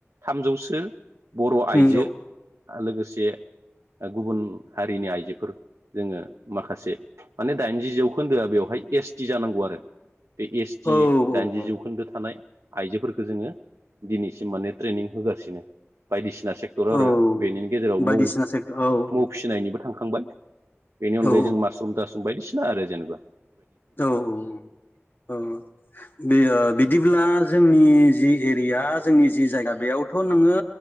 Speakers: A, on the right; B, on the left.
A: थामजौसो बर' आइजो
B: उम
A: लोगो से गुबुन हारिनि आइजोफोर जोङो माखासे माने दाइनजि जौखोन्दोआ बेवहाय एस टि जानांगौ आरो बे एस टि
B: औ
A: दाइनजि
B: औ औ
A: जौखोन्दो थानाय आइजोफोरखो जोङो दिनैसिम माने ट्रेनिं होगासिनो बायदिसि बायदिसिना सेक्टर आरो
B: औ
A: बेनि गेजेराव
B: बायदिसिना
A: मौ
B: सेक्टर औ उम
A: मौ फिसिनायनिबो थांखांबाय बेनि अनगायै
B: औ
A: जों मासरुम थासुम बायदिसि आरो जेनोबा
B: औ औ औ औ बे बिदिब्ला जोंनि जि एरिया जोंनि जि जायगा बेयावथ' नोङो